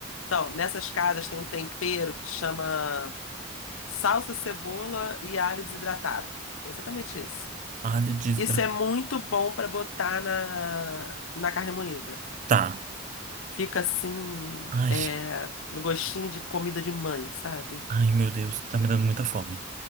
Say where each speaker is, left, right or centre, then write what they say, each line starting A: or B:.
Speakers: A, on the left; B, on the right.
A: então, nessas casas tem um tempero que chama salsa, cebola e alho desidratado. É exatamente isso.
B: Alho de estra-
A: Isso é muito bom pra botar na, na carne moída.
B: Tá.
A: Fica assim,
B: Ai,
A: é, no gostinho de comida de mãe, sabe?
B: ai, meu Deus, tá me dando muita fome.